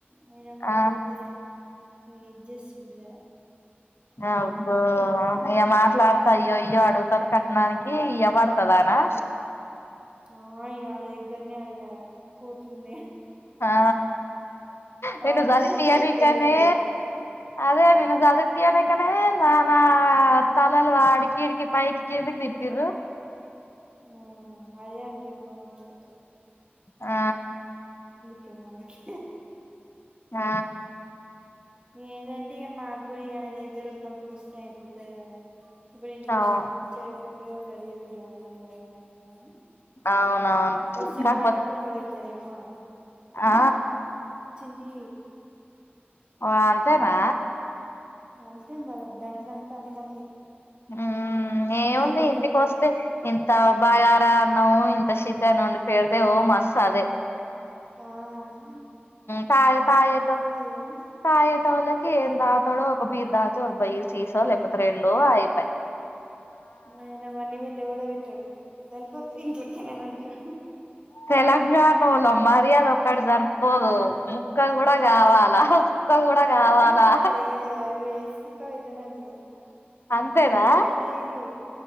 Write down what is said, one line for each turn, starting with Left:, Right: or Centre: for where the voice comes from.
Right: అయిన మాట్లాడితే
Left: ఆ
Right: ఏజెస్తుంది జర
Left: అబ్బో అయ మాట్లాడతా అయ్యో అయ్యో అడుగుతారు కట్నానికి ఇయ పడుత తదానా
Right: ఓ ఇగా వాళ్ళ దగ్గరనే అడగాలి కోట్లుం
Left: ఆ నిను
Right: పవన్
Left: చదిపినికనే
Right: క్యాష్ ఏం లేదమ్మా
Left: అదే
Right: ఆ
Left: చద పనే నానా తలలు అడ్కి ఇడ్కి పైకి కిందకి తిప్పిర్రు
Right: ఆ అదే అంతుండు పవున్నోడు
Left: ఆ
Right: క మనకి
Left: ఆ
Right: ఏదంటే ఇక మనగూడ ఇక ఆయన దగ్గర ఉన్నప్పుడు వస్తే అయిపోతాయి కదా ఇప్పుడు ఇంటికి
Left: అవు
Right: వచ్చినప్పుడు చేయకపోతే గలీజు ఉంటా మర్యాద అట్లా
Left: అవునవును
Right: వస్తే
Left: కాకపోతే
Right: మాకే బుక్క పెడతార అమ్మా
Left: ఆ
Right: తీ
Left: ఆ అంతేనా
Right: అంతే మన బ్యాండ్ అంతా అక్కడని
Left: ఉ ఏముంది
Right: పెడతారు
Left: ఇంటికి
Right: అక్కడనే
Left: వస్తే ఇంత బాగారా అన్నము ఇంత షీకను వొండి పెడితే ఓ మస్ అదే
Right: ఆహ
Left: తయ తయాత్తు
Right: లేదు కానీ
Left: తయతూ వాళ్ళకి ఏం దాతాడో ఒక బీర్ దాత ఒక బయర్ చీసా లేకపోతే రెండో అయిపోయ
Right: నయనావన్నీ మెట్ట కూడా పెట్టడు తెలిపారు ఇంట్లకేనాంటా
Left: తెలంగాణళ్లం మర్యాద ఒక్కటి జరిపోదు ముక్క కూడా కావాలా కూడా
Right: ముక్కలు
Left: కావాలా
Right: పెడతాంటడే అవి వేస్కో పెట్టనంటారు
Left: అంతేనా
Right: నేంతనన్న దిను